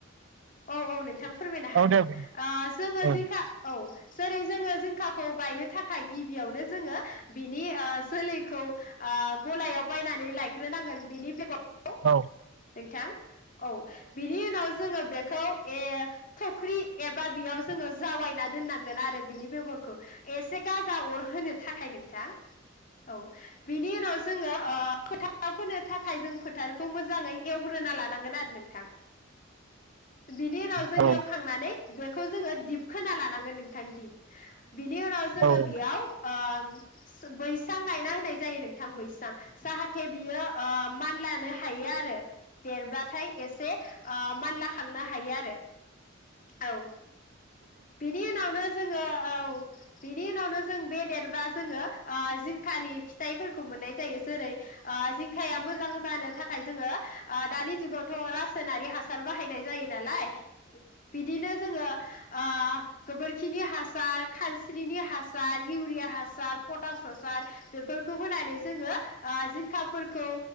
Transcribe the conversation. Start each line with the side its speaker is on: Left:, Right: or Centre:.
Left: औ-औ नोंथां। फोरमायनो हागोन
Right: औ दे
Left: ओ जोङो
Right: औ
Left: जिंखा औ जेरै जोङो जिंखाखौ गायनो थाखाय गिबियावनो जोङो बिनि ओ जोलैखौ ओ गलायाव बायनानै लायग्रोनांगोन बेनि बेगर नोंथां
Right: औ
Left: औ बिनि उनाव जोङो बे खौ ए थख्रि एबा बेयाव जोङो जावायना दोननांगोन आरो बिनि बेगरखौ एसे गाजा अर होनो थाखाय नोंथां औ बिनि उनाव जोङो ओ फोथाराव फोनो थाखाय जों फोथारखौ मोजाङै एवग्रोना लानांगोन आरो नोंथां बिनि उनाव जों
Right: औ
Left: एवखांनानै बे खौ जोङो दिप खोना लानांगोन नोंथां दिप बिनि उनाव जोङो
Right: औ
Left: बेयाव ओ सो बैसां गायना होननाय जायो नोंथां बैसां जाहाथे बियो ओ मान लानो हायो आरो देरब्लाथाय एसे ओ मानला खांनो हायो आरो। औ बिनि उनावनो जोङो औ बिनि उनावनो जों बेदेरबा जोङो ओ जिंखानि फिथाइफोरखौ मोननाय जायो जेरै ओ जिंखाया मोजां जानो थाखाय जोङो। ओ दानि जुगावथ' रासायनारि हासार बाहायनाय जायो नालाय बिदिनो जोङो ओ गोबोर खिनि हासार खानस्रिनि हासार इउरिया हासार पटास हासार बेफोरखौ होनानै जोङो ओ जिंखाफोरखौ